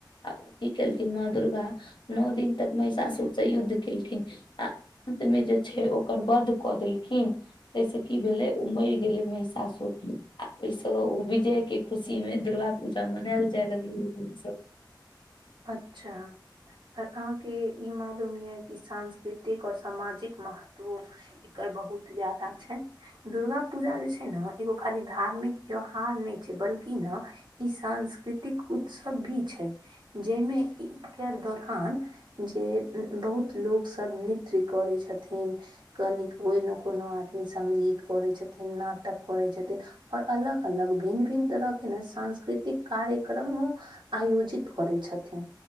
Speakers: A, on the left (about 75°); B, on the right (about 70°).
A: आ ओ की केलखिन माँ दुर्गा नओ दिन तक महिषासुरसँ युद्ध केलखिन आ अन्त मे जे छै ओकर वध कऽ देलखिन। हूँ तैसे की भेलै ओ मरि गेलै महिषासुर आ ओहिसँ ओ विजय के खुशी मे दुर्गा पूजा मनायल जाय लगलै ओहि दिनसँ।
B: अच्छा अ अहाके इ मालूम य कि सांस्कृतिक और सामाजिक महत्वो एकर बहुत ज्यादा छै, दुर्गा पूजा जे छै ने एगो खाली धार्मिक त्यौहार नहि छै, बल्कि ने ई सांस्कृतिक उत्सव भी छै। जाहिमे इ एकर दौरान जे उम्म बहुत लोक सब नृत्य करे छथिन, कनि कोनो- कोनो आदमी संगीत करे छथिन, ना। टक करे छथिन आओर। अलग अलग भिन्न- भिन्न तरह के नहि सांस्कृतिक कार्यक्रमो आयोजित करे छथिन,